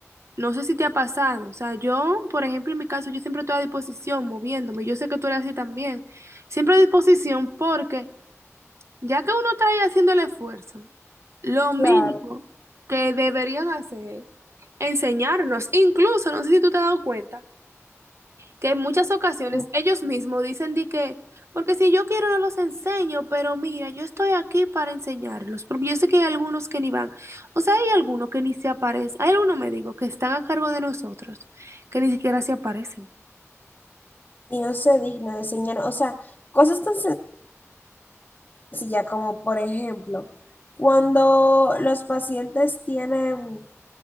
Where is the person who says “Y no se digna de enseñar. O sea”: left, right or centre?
Left